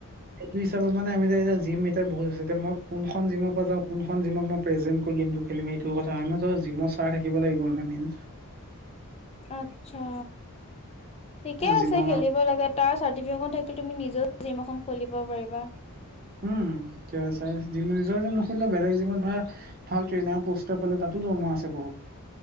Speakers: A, on the right; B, on the left.
A: সেইটো হিচাপ মানে যে এতিয়া জিম এতিয়া বহুত আছে এতিয়া মই কোনখন জিমৰ পৰা যাওঁ কোনখন জিমত মই- প্ৰেজেন্ট গেমটো খেলিম সেইটো কথা হয় ন'। ত' জিমৰ চাৰ থাকিব লাগিব মানে মেইন।
B: আচ্ছা। ঠিকে
A: জিমৰ
B: আছে খেলিব লাগে। তাৰ চাৰ্টিফিকেটখন থাকিলে তুমি নিজেও- জিম এখন খুলিব পাৰিবা।
A: উমঁ। নিজৰ জিম নুুখিলিলেও বেলেগ জিমত ধৰা ভাল ট্ৰেইনাৰ পষ্ট পালে তা'তো দৰমহা- আছে বহুত।